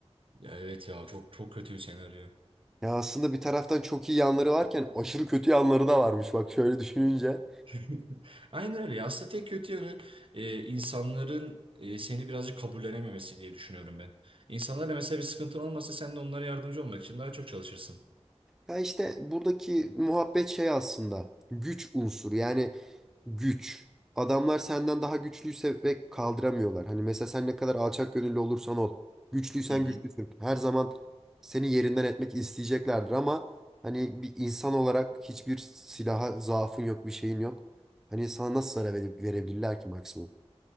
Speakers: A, on the right; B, in the centre.
A: Ya evet ya çok çok kötü bir senaryo.
B: Ya aslında bir taraftan çok iyi yanları varken aşırı kötü yanları da varmış bak şöyle düşününce.
A: <laughs> Aynen öyle. Aslında tek kötü yanı e, insanların e, seni birazcık kabullenememesi diye düşünüyorum ben. İnsanlarla mesela bir sıkıntın olmasa sen de onlara yardımcı olmak için daha çok çalışırsın.
B: Ya işte buradaki muhabbet şey aslında güç unsuru yani güç. Adamlar senden daha güçlüyse ve kaldıramıyorlar. Hani mesela sen ne kadar alçak gönüllü olursan ol. Güçlüysen
A: Hı hı.
B: güçlüsün. Her zaman seni yerinden etmek isteyeceklerdir ama hani bir insan olarak hiçbir silaha zaafın yok, bir şeyin yok. Hani sana nasıl zarar vere- verebilirler ki maksimum?